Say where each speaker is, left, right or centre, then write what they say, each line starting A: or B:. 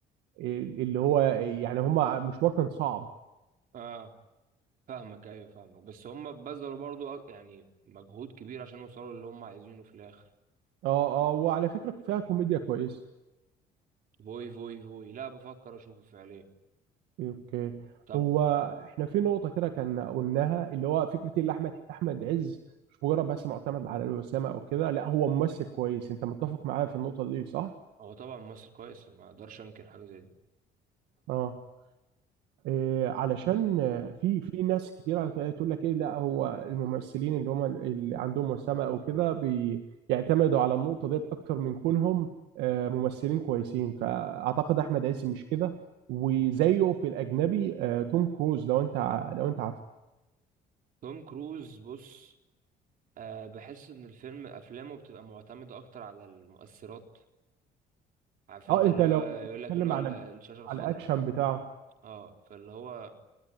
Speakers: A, on the right; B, on the right.
A: اللي هو يعني هم مشوار كان صعب
B: آه فاهمك ايوه فاهمك بس هم بذلوا برضو أ- يعني مجهود كبير عشان يوصلوا اللي هم عايزينه في الاخر
A: اه اه وعلى فكرة فيها كوميديا كويسة
B: فوي فوي فوي لا بفكر اشوفه فعليا
A: اوكي
B: طب
A: هو احنا في نقطة كده كان قلناها اللي هو فكرة إيه اللي احمد احمد عز مش مجرد بس معتمد على الوسامة او كده لا هو ممثل كويس انت متفق معايا في النقطة دي صح؟
B: هو طبعا ممثل كويس ما اقدرش انكر حاجه زي دي
A: اه إيه علشان في في ناس كتيرة تقول لك ايه لا هو الممثلين اللي هم اللي عندهم وسامة او كده بيعتمدوا على النقطة ديت اكتر من كونهم آه، ممثلين كويسين فاعتقد احمد عز مش كده وزيه في الاجنبي آه، توم كروز لو انت ع- لو انت
B: توم كروز بص أه بحس ان الفيلم افلامه بتبقى معتمده اكتر على المؤثرات عارف
A: اه
B: انت
A: انت
B: اللي
A: لو
B: هو يقول
A: بتتكلم
B: لك اللي هو
A: على
B: ال- الشاشه
A: ال-
B: الخضراء
A: على الاكشن بتاعه
B: اه فاللي هو